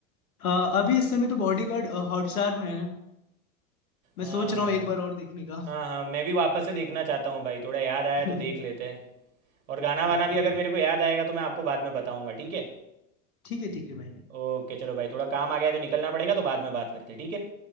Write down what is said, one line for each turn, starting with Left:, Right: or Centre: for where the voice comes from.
Left: अ, अभी इस समय तो बॉडीगार्ड हॉटस्टार में है मैं
Right: हाँ
Left: सोच रहा
Right: भाई
Left: हूँ एक बार और देखने का
Right: हाँ हाँ मैं भी वापस से देखना चाहता हूँ भाई थोड़ा याद आया
Left: <laughs>
Right: तो देख लेते हैं और गाना
Left: ठीक
Right: वाना भी
Left: है
Right: अगर मेरे को याद आएगा तो मैं आपको बाद में बताऊंगा ठीक है
Left: ठीक है ठीक है भाई
Right: ओके चलो भाई थोड़ा काम आ गया है तो निकलना पड़ेगा तो बाद में बात करते हैं ठीक है